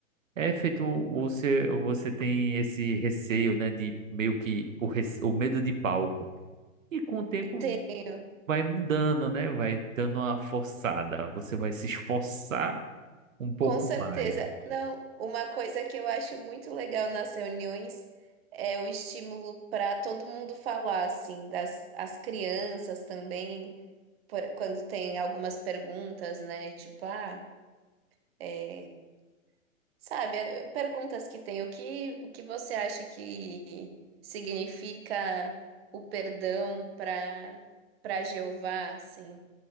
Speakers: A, on the right; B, on the right.
A: É feito, você, você tem esse receio, né, de meio que o, rece- o medo de palco. E com o tempo
B: Tenho,
A: vai mudando, né? Vai dando uma forçada. Você vai se esforçar um pouco
B: com certeza.
A: mais.
B: Não, uma coisa que eu acho muito legal nas reuniões é o estímulo para todo mundo falar, assim, das as crianças também, por- quando tem algumas perguntas, né? Tipo, ah, é. Sabe, é, perguntas que tem. O que, o que você acha que significa o perdão para para Jeová, assim?